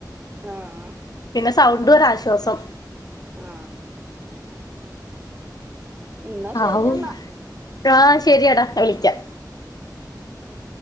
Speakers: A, on the right (about 20°); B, on the left (about 60°).
A: ആഹ്
B: പിന്നെ സൗണ്ടും ഒരാശ്വാസം
A: ആ എന്നാ ശരിയെന്നാ
B: ആവൂ ആഹ് ശെരിയാടാ ഞാ വിളിയ്ക്കാ
A: അ